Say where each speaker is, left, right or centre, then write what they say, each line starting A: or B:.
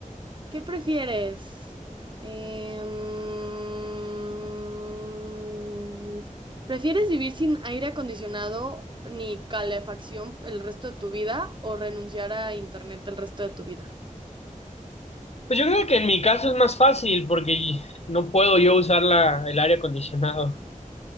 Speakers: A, on the right; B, on the left.
A: ¿Qué prefieres? Em, ¿prefieres vivir sin aire acondicionado ni calefacción el resto de tu vida o renunciar a internet el resto de tu vida?
B: Pues yo creo que en mi caso es más fácil porque no puedo yo usar la, el aire acondicionado